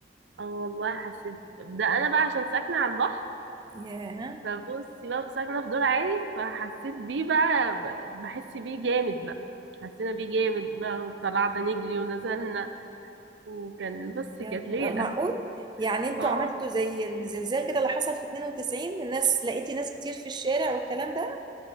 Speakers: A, on the right; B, on the right.
A: اه والله حسيت ده انا بقى عشان ساكنه على البحر
B: ياه
A: فبصي بقى ساكنه في دور عالي فحسيت بيه بقى ب- بحس بيه جامد بقى حسينا بيه جامد بقى وطلعنا نجري ونزلنا وكان بس
B: يا
A: كانت
B: نهار
A: ليله
B: آه، معقول يعني انتوا
A: اه
B: عملتوا زي الزلزال كده اللي حصل في 92 الناس لقيتي ناس كتير في الشارع والكلام ده